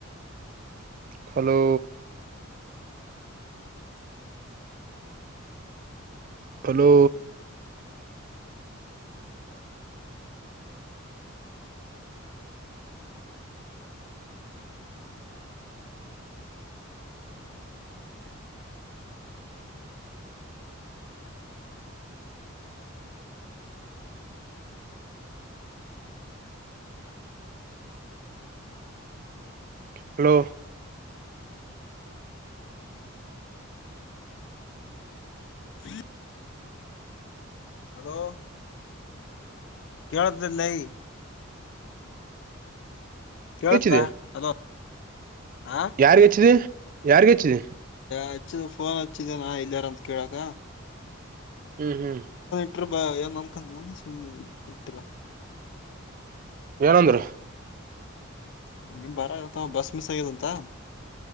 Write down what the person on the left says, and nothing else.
ಹ್ಮ ಹಲೋ ಕೇಳತಲ್ಲೈ ಕೇಳತದ
ಅಲೋ ಹಾ
ಹಚ್ಚಿದ ಫೋನ್ ಹಚ್ಚಿದೆನಾ ಇಲ್ಲಯಾರ ಅಂತ ಕೇಳಕ
ಹತ್ರ ಬ ಏನ್ ಅನ್ಕಂತ ಸು್ ಇರ್ತಿಿಲ್ಲ
ನಿಗೆ ಬಾರ ಆಗತ್ತ ಬಸ್ ಮಿಸ್ ಆಗ್ಯದಂತ